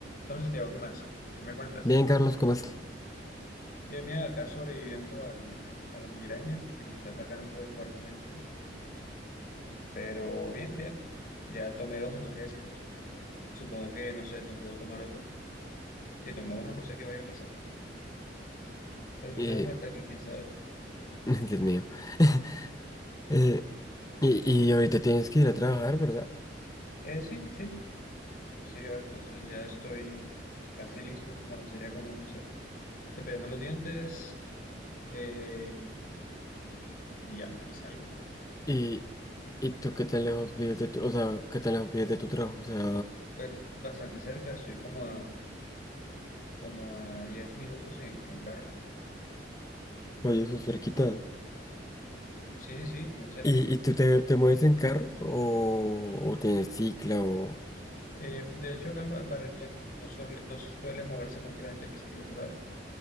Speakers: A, on the left; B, on the left.
A: Entonces, Tiago, ¿qué más? ¿Qué me cuentas?
B: Bien, Carlos, ¿cómo estás?
A: Bien, bien, acá sobreviviendo al- a la migraña que me está atacando fuertemente, pero bien, bien. Ya tomé dos analgésicos. Supongo que, no sé, no puedo tomar otro. Si tomo uno, no sé qué vaya a pasar. Tal vez
B: Eh,
A: me dé un ataque, quién sabe.
B: <laughs> Dios mío. <laughs> Eh, y, y ahorita tienes que ir a trabajar, ¿verdad?
A: Eh, sí, sí, sí, ah, entonces ya estoy casi listo. Nada más sería como, no sé, cepillarme los dientes eh, y ya, y salgo.
B: Y, y tú, ¿qué tan lejos vives de tu, o sea, qué tan lejos vives de tu trabajo? O sea,
A: Pues bastante cerca, estoy como a, como a 10 minutos en, en carro.
B: oye, eso es cerquita.
A: Sí, sí, sí, bien cerca.
B: ¿Y, y tú te, te mueves en carro o, o tienes cicla o
A: Eh, de hecho, acá en Ba- Barranquilla no, no suele, no suele moverse mucho la gente en bicicleta, ¿sabes?